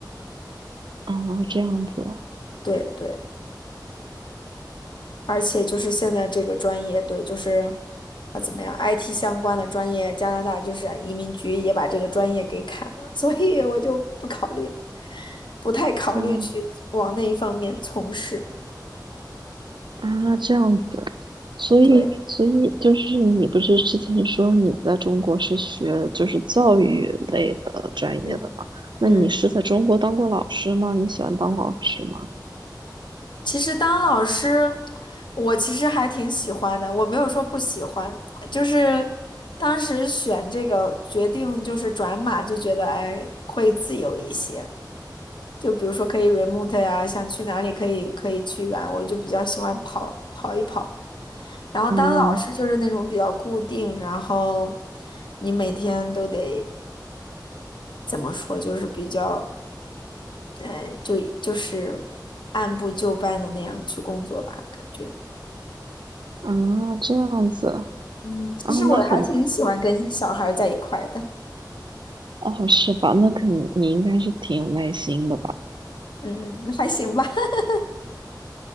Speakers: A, on the right (about 80°); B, on the left (about 80°).
A: 啊，这样子。
B: 对对，而且就是现在这个专业，对，就是啊怎么样，IT 相关的专业，加拿大就是啊移民局也把这个专业给砍了，<laughs> 所以我就不考虑，不太考虑去往那一方面从事，
A: 哦啊，这样子，所以，
B: 对，
A: 所以就是你不是之前说你在中国是学就是教育类的专业的吗？
B: 嗯嗯。
A: 那你是在中国当过老师吗？你喜欢当老师吗？
B: 其实当老师，我其实还挺喜欢的，我没有说不喜欢，就是当时选这个决定就是转码，就觉得哎会自由一些，就比如说可以 remote 呀、想去哪里可以可以去啊，我就比较喜欢跑跑一跑。然后当老师就是那种比较固定，
A: 嗯
B: 然后你每天都得怎么说，就是比较，哎，就就是按部就班的那样去工作吧，感觉。
A: 啊，这样子
B: 嗯，其实我还挺喜欢跟小孩儿在一块的。
A: 啊，那很哦，是吧？那肯你应该是挺有耐心的吧？
B: 嗯，还行吧。<laughs>